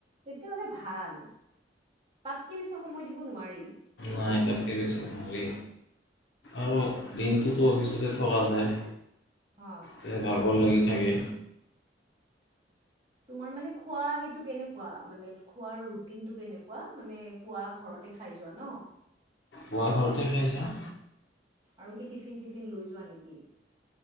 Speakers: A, on the right; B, on the left.
A: তেতিয়াহলে ভাল তাতকে বেছি সময় দিব নোৱাৰি।
B: নাই তাতকে বেছি নোৱাৰি আৰু দিনটোতো অফিচতে থকা যায়।
A: হা
B: তে ভাগৰ লাগি থাকে।
A: তোমাৰ মানে খোৱা সেইটো কেনেকুৱা মানে খোৱাৰ ৰুটিনটো কেনেকুৱা মানে পুৱা ঘৰতে খাই যোৱা ন?
B: পুৱা ঘৰতে খাই যাওঁ।
A: আৰু কি টিফিন চিফি ফিন লৈ যোৱা নেকি?